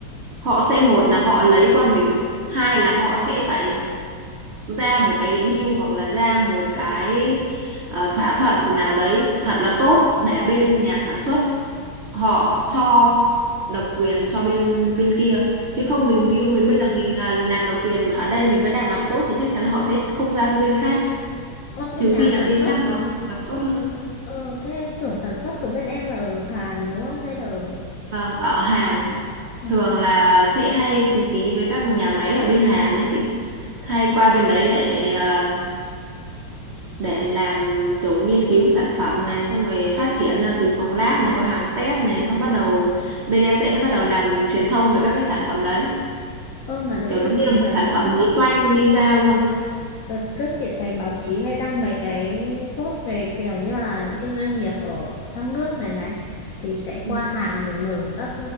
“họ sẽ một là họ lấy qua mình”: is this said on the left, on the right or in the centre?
Right